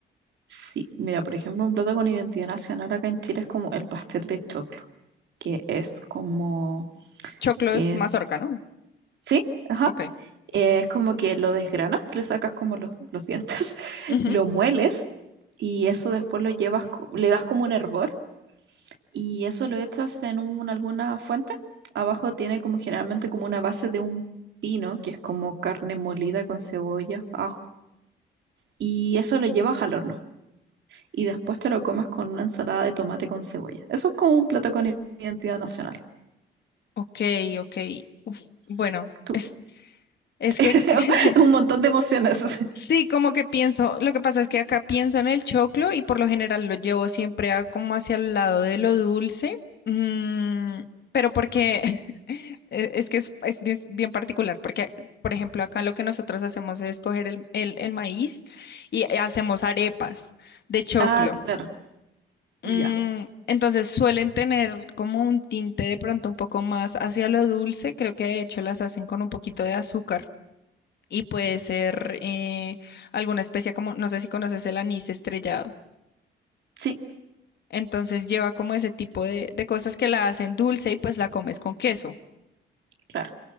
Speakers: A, on the right; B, on the left.
A: Sí, mira, por ejemplo, un plato con identidad nacional acá en Chile es como el pastel de choclo, que es como,
B: Choclo
A: eh,
B: es mazorca, ¿no?
A: sí, ajá,
B: Ok.
A: eh, es como que lo desgranas, le sacas como los, los dientes, <laughs>
B: Ujú.
A: lo mueles y eso después lo llevas, co- le das como un hervor y eso lo echas en un- alguna fuente. Abajo tiene como generalmente como una base de un pino, que es como carne molida con cebolla, ajo, y eso lo llevas al horno. y después te lo comas con una ensalada de tomate con cebolla. Eso es como un plato con identidad nacional.
B: Ok, ok. Uf,
A: Sí,
B: bueno,
A: tú.
B: es, es
A: <laughs>
B: que <laughs>
A: Un montón de emociones. <laughs>
B: Sí, como que pienso, lo que pasa es que acá pienso en el choclo y por lo general lo llevo siempre a- como hacia el lado de lo dulce, Mm, pero porque <laughs> eh, es que es, es bien, bien particular, porque por ejemplo acá lo que nosotros hacemos es coger el, el- el maíz y hacemos arepas de choclo.
A: Ah, claro,
B: Mm,
A: ya.
B: entonces suelen tener como un tinte de pronto un poco más hacia lo dulce, creo que de hecho las hacen con un poquito de azúcar y puede ser eh, alguna especie como, no sé si conoces el anís estrellado.
A: Sí,
B: Entonces lleva como ese tipo de, de cosas que la hacen dulce y pues la comes con queso.
A: claro.